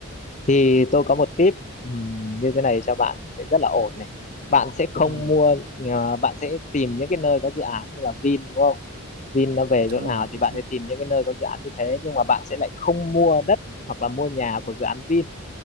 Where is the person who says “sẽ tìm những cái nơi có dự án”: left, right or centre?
Left